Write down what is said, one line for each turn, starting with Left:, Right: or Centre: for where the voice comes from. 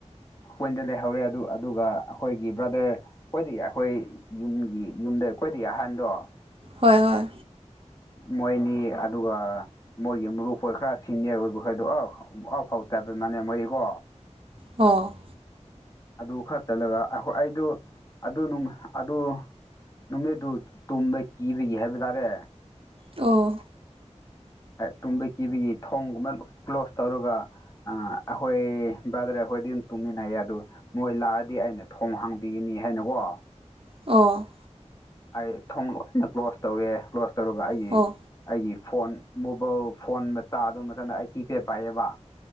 Left: ꯍꯣꯏꯟꯗ ꯂꯩꯍꯧꯔꯦ ꯑꯗꯨꯒ ꯑꯩꯈꯣꯏꯒꯤ ꯕ꯭ꯔꯗꯔ ꯑꯩꯈꯣꯏꯗ ꯑꯩꯈꯣꯏ ꯌꯨꯝꯒꯤ ꯌꯨꯝꯗ ꯑꯩꯈꯣꯏꯗꯩ ꯑꯍꯟꯗꯣ
Right: ꯍꯣꯏ ꯍꯣꯏ
Left: ꯃꯣꯏꯅꯤ ꯑꯗꯨꯒ ꯃꯣꯏꯒꯤ ꯃꯔꯨꯞ ꯑꯣꯏꯣꯏ ꯈꯔ ꯁꯤꯅꯤꯌꯔ ꯑꯣꯏꯕ ꯈꯗꯣ ꯑ ꯑ ꯐꯥꯎ ꯆꯥꯗ ꯃꯅꯦ ꯃꯣꯏꯗꯤꯀꯣ
Right: ꯑꯣꯥ
Left: ꯑꯗꯨ ꯈꯔ ꯆꯠꯂꯒꯣꯏ ꯑꯩꯗꯨ ꯑꯗꯨ ꯑꯗꯨ ꯅꯨꯃꯤꯠꯠꯇ ꯇꯨꯝꯕ ꯀꯤꯕꯒꯤ ꯍꯥꯏꯕ ꯇꯥꯔꯦ
Right: ꯑꯣ
Left: ꯇꯨꯝꯕ ꯀꯤꯕꯒꯤ ꯊꯣꯡꯒꯨꯝꯕ ꯂꯣꯏ ꯀ꯭ꯂꯣꯁ ꯇꯧꯔꯒ ꯑ ꯑꯩꯈꯣꯏ ꯕꯥꯗ꯭ꯔꯦ ꯑꯩꯈꯣꯏꯗꯤ ꯑꯗꯨꯝ ꯇꯨꯝꯃꯤꯟꯅꯩꯌꯦ ꯑꯗꯨ ꯃꯣꯏ ꯂꯥꯛꯑꯗꯤ ꯑꯩꯅ ꯊꯣꯡ ꯍꯥꯡꯕꯤꯒꯅꯤ ꯍꯥꯏꯅꯀꯣ
Right: ꯑꯣ
Left: ꯑꯩ ꯊꯣꯡ ꯂꯣꯏꯅ ꯀ꯭ꯂꯣꯁ ꯇꯧꯋꯦ ꯀ꯭ꯂꯣꯁ ꯇꯧꯔꯒ ꯑꯩꯒꯤ
Right: ꯑꯣ
Left: ꯑꯩꯒꯤ ꯐꯣꯟ ꯃꯣꯕꯥꯜ ꯐꯣꯟ ꯃꯆꯥ ꯑꯗꯨ ꯃꯇꯝꯗ ꯑꯩ ꯀꯤ ꯄꯦꯗ ꯄꯥꯏꯌꯦꯕ